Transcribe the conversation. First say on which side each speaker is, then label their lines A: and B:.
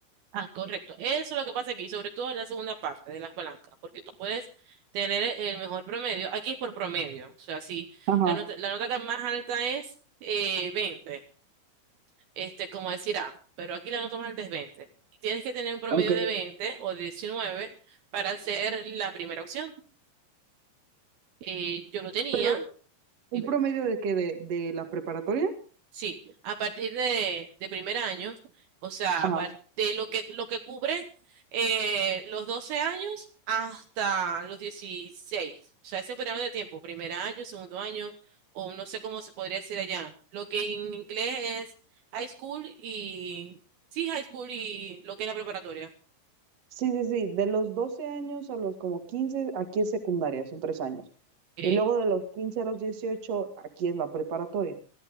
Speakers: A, on the right; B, on the right.
A: Ah, correcto. Eso es lo que pasa aquí, sobre todo en la segunda parte de las blancas, porque tú puedes tener el mejor promedio. Aquí es por promedio. O sea, si
B: Ajá,
A: la nota, la nota que más alta es eh, 20, este, como decir A, pero aquí la nota más alta es 20. Tienes que tener un promedio
B: ok.
A: de 20 o de 19 para ser la primera opción. Eh, yo lo tenía,
B: Pero un
A: dime.
B: promedio de qué de, de la preparatoria.
A: Sí, a partir de, de primer año, o sea,
B: Ajá.
A: a par- de lo que, lo que cubre eh, los 12 años hasta los 16, o sea, ese periodo de tiempo, primer año, segundo año, o no sé cómo se podría decir allá, lo que en inglés es high school y, sí, high school y lo que es la preparatoria.
B: Sí, sí, sí, de los 12 años a los como 15 aquí es secundaria, son tres años.
A: Ok,
B: Y luego de los 15 a los 18 aquí es la preparatoria.